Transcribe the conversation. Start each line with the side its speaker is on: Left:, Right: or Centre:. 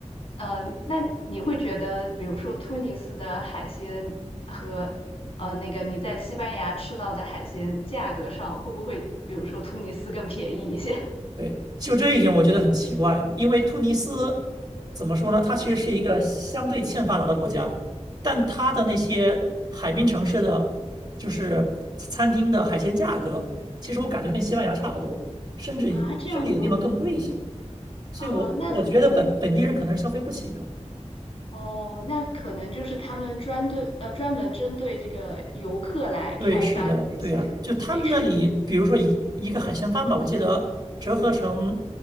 Left: 嗯，那你会觉得，比如说突尼斯的海鲜和呃那个你在西班牙吃到的海鲜价格上，会不会比如说突尼斯更便宜一些？
Right: 对，就这一点我觉得很奇怪，因为突尼斯怎么说呢？它其实是一个相对欠发达的国家，但它的那些海滨城市的，就是餐厅的海鲜价格，其实我感觉跟西班牙差不多，甚至甚至有的地方更贵一些。
Left: 啊，这样的吗？
Right: 所以我，
Left: 啊，那可能
Right: 我觉得本本地人可能是消费不起的。
Left: 哦，那可能就是他们专对呃专门针对这个游客来开发的这些美食。
Right: 对，是的，对呀，就他们那里，比如说一一个海鲜饭吧，我记得折合成